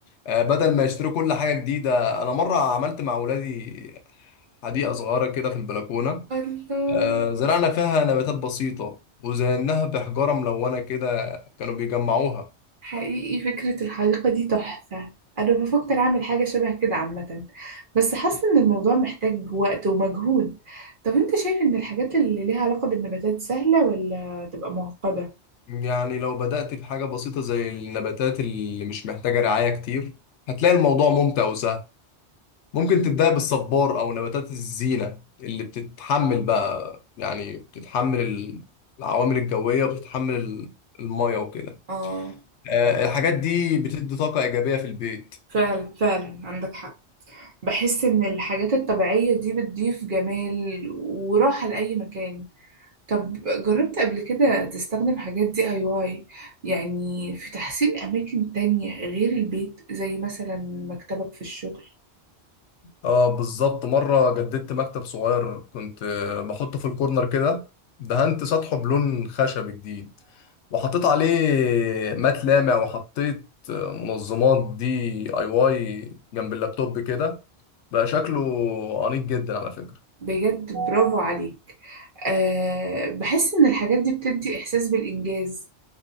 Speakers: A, on the left (about 80°); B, on the right (about 50°).
A: آه، بدل ما يشتروا كل حاجة جديدة أنا مرة عملت مع أولادي حديقة صغيرة كده في البلكونة
B: الله
A: آه، زرعنا فيها نباتات بسيطة وزيناها بحجارة ملونة كده كانوا بيجمعوها
B: حقيقي فكرة الحديقة دي تحفة أنا بفكر أعمل حاجة شبه كده عامة بس حاسة إن الموضوع محتاج وقت ومجهود طب أنت شايف إن الحاجات اللي ليها علاقة بالنباتات سهلة ولا تبقى معقدة؟
A: يعني لو بدأت في حاجة بسيطة زي النباتات اللي مش محتاجة رعاية كتير هتلاقي الموضوع ممتع وسهل ممكن تبدأ بالصبار أو نباتات الزينة اللي بتتحمل بقى يعني بتتحمل ال- العوامل الجوية وبتتحمل ال- المية وكده
B: اه
A: آه، الحاجات دي بتدي طاقة إيجابية في البيت
B: فعلا فعلا عندك حق بحس إن الحاجات الطبيعية دي بتضيف جمال وراحة لأي مكان طب جربت قبل كده تستخدم حاجات دي اي واي يعني في تحسين أماكن تانية غير البيت زي مثلا مكتبك في الشغل؟
A: اه بالظبط مرة جددت مكتب صغير كنت آه، بحطه في الكورنر كده دهنت سطحه بلون خشبي جديد وحطيت عليه مات لامع وحطيت آه، منظمات دي اي واي جنب اللابتوب كده بقى شكله أنيق جدا على فكرة
B: بجد برافو عليك أه بحس إن الحاجات دي بتدي إحساس بالإنجاز